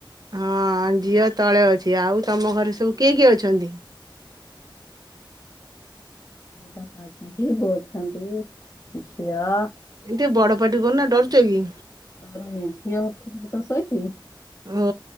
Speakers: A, on the right; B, on the left.
A: ହଁ ଝିଅ ତଳେ ଅଛି ଆଉ ତମ ଘରେ ସବୁ କିଏ କିଏ ଅଛନ୍ତି?
B: ବାପନ୍ତି ବୋଚନ୍ତି ଝିଅ
A: ଏ ଟିକେ ବଡ ପାଟି କରୁନା ଡରୁଛ କି?
B: ଆ ନିିଆତାହି କି
A: ଓ